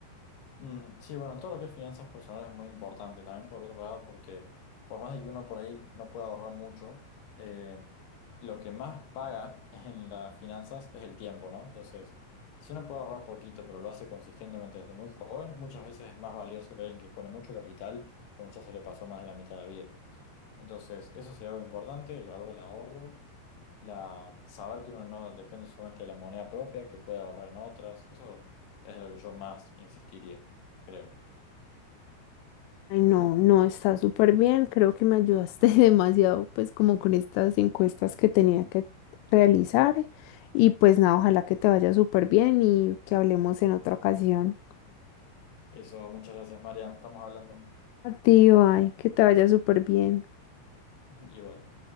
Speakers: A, on the left; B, on the left.
A: Mm, sí, bueno, todo lo que es finanzas personales es muy importante también, por otro lado, porque por más de que uno por ahí no pueda ahorrar mucho, eh, lo que más paga <laughs> en las finanzas es el tiempo, ¿no? Entonces, si uno puede ahorrar poquito, pero lo hace consistentemente desde muy joven, muchas veces es más valioso que alguien que pone mucho capital, cuando ya se le pasó más de la mitad de la vida. Entonces, eso sería algo importante, el valor del ahorro, la, saber que uno no depende solamente de la moneda propia, que puede ahorrar en otras, eso es lo que yo más insistiría, creo.
B: Ay, no, no está súper bien. Creo que me ayudaste <laughs> demasiado, pues como con estas encuestas que tenía que realizar. Y pues nada, ojalá que te vaya súper bien y que hablemos en otra ocasión.
A: Eso, muchas gracias, María, estamos hablando.
B: A ti, ay, que te vaya súper bien.
A: <laughs> Igual.